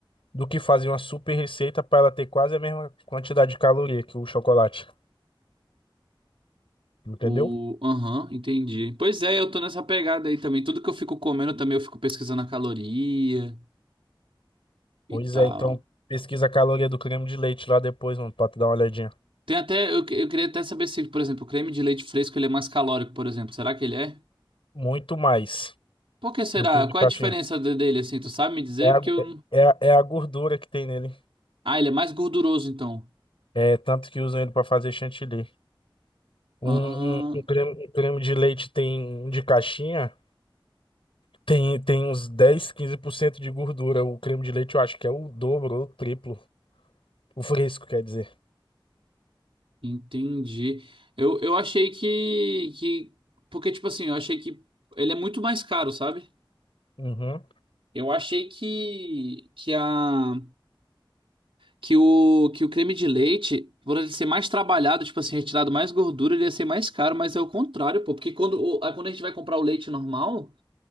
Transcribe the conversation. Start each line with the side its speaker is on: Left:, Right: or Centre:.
Left: do que fazer uma super receita para ela ter quase a mesma quantidade de caloria que o chocolate. Entendeu?
Right: O. Aham, entendi. Pois é, eu tô nessa pegada aí também. Tudo que eu fico comendo também, eu fico pesquisando a caloria
Left: Pois
Right: e tal.
Left: é, então pesquisa a caloria do creme de leite lá depois, mano, pra tu dar uma olhadinha.
Right: Tem até. Eu, eu queria até saber se, por exemplo, o creme de leite fresco ele é mais calórico, por exemplo. Será que ele é?
Left: Muito mais
Right: Por que será?
Left: do que o de
Right: Qual
Left: caixinha.
Right: é a diferença de- dele, assim? Tu sabe me dizer?
Left: É a,
Right: Porque eu.
Left: é, é a- é a gordura que tem nele.
Right: Ah, ele é mais gorduroso, então.
Left: É tanto que usam ele para fazer chantilly. Um,
Right: Ah.
Left: um, um creme, um creme de leite tem um de caixinha. Tem, tem uns dez quinze por cento de gordura. O creme de leite eu acho que é o dobro ou o triplo. O fresco, quer dizer.
Right: Entendi. Eu, eu achei que, que. Porque, tipo assim, eu achei que ele é muito mais caro, sabe?
Left: Uhum.
Right: Eu achei que, que, a, que, o, que o creme de leite, por ele ser mais trabalhado, tipo assim, retirado mais gordura, ele ia ser mais caro, mas é o contrário, pô. Porque quando, o- aí quando a gente vai comprar o leite normal,